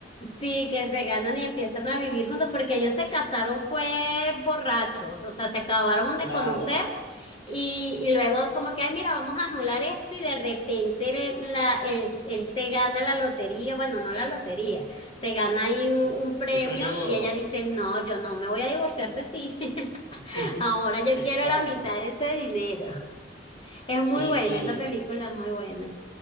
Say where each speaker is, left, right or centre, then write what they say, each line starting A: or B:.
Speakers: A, on the left; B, on the left.
A: Sí, que se ganan y empiezan a vivir juntos, porque ellos se casaron fue borrachos, o sea, se acabaron de
B: Claro,
A: conocer y, y luego como que, ay, mira, vamos a anular esto y de repente le- la, él, él se gana la lotería, bueno, no la lotería, se gana ahí un,
B: el,
A: un premio
B: el premio gordo.
A: y ella dice, no, yo no me voy a divorciar de ti, <laughs>
B: <laughs>
A: ahora yo
B: Exacto.
A: quiero la mitad de ese dinero. Es
B: Sí,
A: muy buena,
B: sí,
A: esa película es muy buena.